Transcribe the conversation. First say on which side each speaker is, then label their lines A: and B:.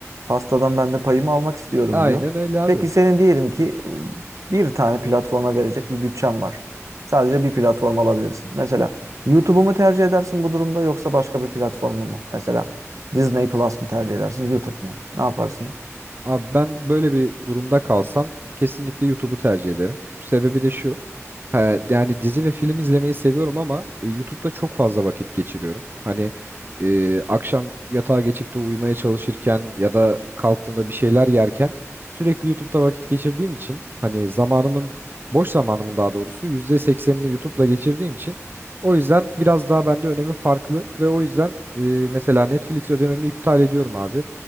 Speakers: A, on the right; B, on the right.
A: pastadan ben de payımı almak istiyorum
B: Aynen
A: diyor.
B: öyle abi.
A: Peki senin diyelim ki e, bir tane platforma verecek bir bütçen var. Sadece bir platform alabilirsin. Mesela YouTube'u mu tercih edersin bu durumda yoksa başka bir platformu mu? Mesela Disney Plus mu tercih edersin, YouTube mu? Ne yaparsın?
B: Abi ben böyle bir durumda kalsam kesinlikle YouTube'u tercih ederim. Sebebi de şu. ha, yani dizi ve film izlemeyi seviyorum ama e, YouTube'da çok fazla vakit geçiriyorum. Hani e, akşam yatağa geçip de uyumaya çalışırken ya da kalktığımda bir şeyler yerken sürekli YouTube'da vakit geçirdiğim için hani zamanımın boş zamanımın daha doğrusu yüzde seksenini YouTube'la geçirdiğim için o yüzden biraz daha bende önemi farklı ve o yüzden e, mesela Netflix ödememi iptal ediyorum abi.